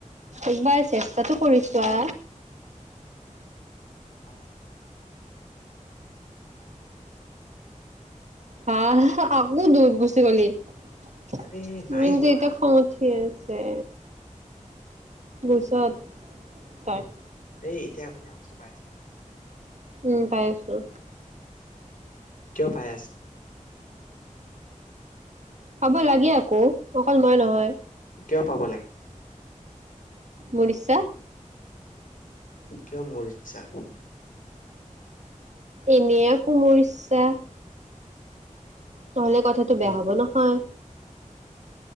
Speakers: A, on the right; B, on the left.
A: একবাৰ চেষ্টাটো কৰিছোৱা।
B: হয় হয় <unintelligible>
A: হা আকৌ দূৰত ঘুচি গলি। মোৰ
B: আৰে নাই
A: কিন্তু
B: যোৱা
A: এতিয়া খং উঠিয়ে আছে। য়ে <unintelligible> তাই।
B: এ এতিয়া তুমি আৱাছ পাই আ
A: উম পাই আছো।
B: কিয় পাই আছা?
A: পাব লাগে আকৌ অকল মই নহয়।
B: কিয় পাব লাগে?
A: মোৰ ইচ্ছা।
B: কিয় মোৰ ইচ্ছা।
A: এনে আক' মোৰ ইচ্ছা। ন'হলে কথাটো
B: উম
A: বেয়া হব নহয়।